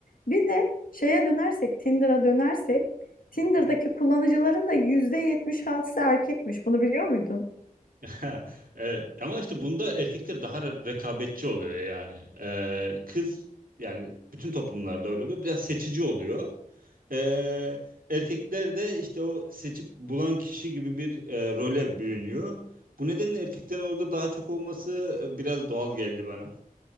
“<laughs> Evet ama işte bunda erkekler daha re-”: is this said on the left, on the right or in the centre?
Right